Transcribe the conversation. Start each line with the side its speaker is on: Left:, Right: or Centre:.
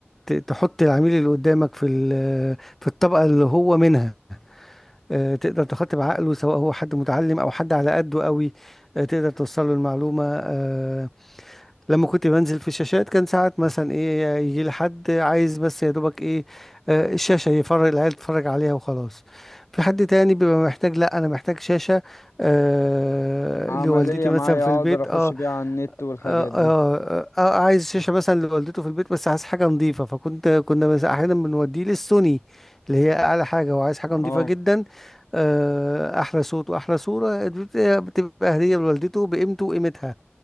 Centre: ت- تحط العميل اللي قدامك في ال- في الطبقه اللي هو منها آه، تقدر تخاطب عقله سواء هو حد متعلم او حد على قده قوي آه، تقدر توصل له المعلومه آه، لما كنت بنزل في الشاشات كان ساعات مثلا ايه يجي لي حد عايز بس يا دوبك ايه آه، الشاشة يفرج العيال تتفرج عليها وخلاص في حد تاني بيبقى محتاج لا انا محتاج شاشة آه
Left: عملية
Centre: لوالدتي مثلا
Left: معايا
Centre: في البيت
Left: اقدر اخش
Centre: اه
Left: بيها على النت والحاجات
Centre: آه, آه,
Left: دي
Centre: آه, آه عايز شاشة مثلا لوالدته في البيت بس عايز حاجة نظيفة فكنت كنا مثلا احيانا بنوديه للسوني اللي هي اعلى حاجة وعايز حاجة نظيفة
Left: اه
Centre: جدا آه احلى صوت واحلى صورة بت- بتبقى هدية لوالدته بقيمته وقيمتها